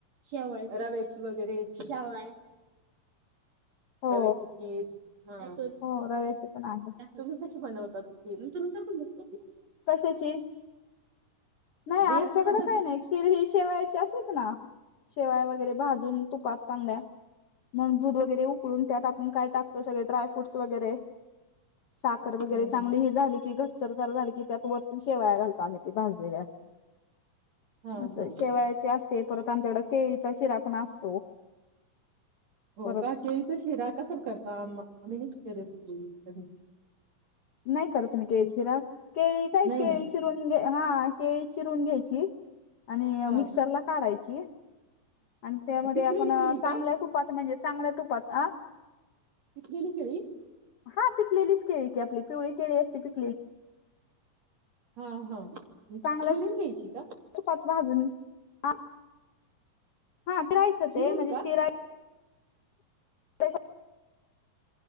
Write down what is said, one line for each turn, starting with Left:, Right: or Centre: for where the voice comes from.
Right: शवा रावायची वगैरे शेवया
Left: हो
Right: रव्याची खीर हा
Left: हो रव्याची पण आहे
Right: तुम्ही कशी बनवता तत नंतरुन टाकून दो
Left: कशाची नाही आमच्याकडे
Right: हेच पद्धती
Left: काही नाही खिर ही शेवायची अशीच ना. शेवया वगैरे भाजून तुपात चांगल्या मग दूध वगैरे उकळून त्यात आपण काय टाकतो सगळे ड्रायफ्रूट्स वगैरे साखर वगैरे
Right: हम्म
Left: चांगली
Right: हम्म
Left: हे झाली की घ सर्व चालू झालं की त्यात वरतून शेवया घालतो आम्ही. ते भाजलेल्या
Right: हा
Left: अस हाय
Right: हा
Left: शेवायाच्या
Right: हा.
Left: ते परत आमच्याकडं केळीचा शिरा पण असतो.
Right: हो
Left: परत
Right: का केळीचा शिरा कसा करता आम आम्ही नाही करत केळीचा कधी.
Left: नाही करत तुम्ही केळीचा शिरा केळी काय
Right: नाही
Left: केळी
Right: ना
Left: चिरुण घ्या हा केळी चिरून घ्यायची. आणि
Right: हा
Left: मिक्सरला काढायची आणि त्यामध्ये
Right: पिकलेली
Left: आपण
Right: केळी
Left: चांगल्या
Right: का?
Left: तुपात म्हणजे चांगल्या तुपात आ
Right: पिकलेली केळी
Left: हा पिकलेलीच केळी की आपली पिवळी केळी असत्याती.
Right: हा हा चिरून
Left: चांगल्या
Right: घ्यायची का?
Left: तुपात भाजून हा हा ते राहायचं
Right: चिरून
Left: ते म्हणजे
Right: का?
Left: चिरा ते